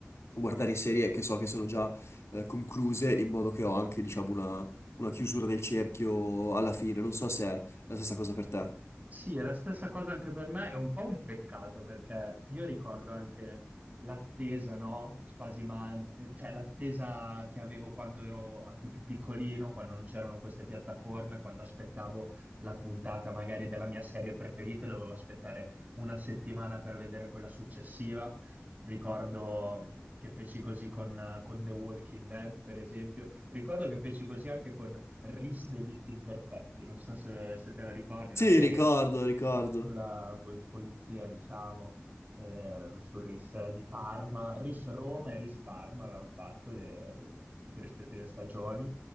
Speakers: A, on the left; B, on the right.
A: guardare serie che so che sono già eh, concluse in modo che ho anche, diciamo, una, una chiusura del cerchio alla fine. Non so se è la stessa cosa per te.
B: Sì, è la stessa cosa anche per me, è un po' un peccato perché io ricordo anche l'attesa, no? Spasimante, cioè l'attesa che avevo quando ero anche più piccolino, quando non c'erano queste piattaforme, quando aspettavo la puntata magari della mia serie preferita, dovevo aspettare una settimana per vedere quella successiva Ricordo che feci così con, eh, con The Walking Dead, per esempio. Ricordo che feci così anche con Ris Delitti Imperfetti. Non so se, se te la ricordi, una
A: Sì,
B: serie
A: ricordo, ricordo.
B: sulla pol- polizia, diciamo, eh, su Ris di Parma. Ris Roma e Ris Parma avevano fatto le, le- le corrispettive stagioni.